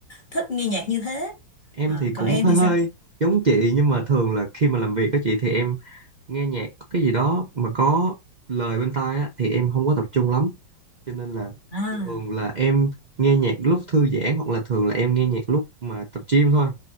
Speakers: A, on the left; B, on the right.
A: thích nghe nhạc như thế
B: em
A: Ờ,
B: thì cũng
A: còn em
B: hơi
A: thì
B: hơi
A: sao
B: giống chị nhưng mà thường là khi mà làm việc á chị thì em nghe nhạc có cái gì đó mà có lời bên tai á thì em không có tập trung lắm. cho nên là
A: à,
B: thường là em nghe nhạc lúc thư giãn hoặc là thường là em nghe nhạc lúc mà tập gym thôi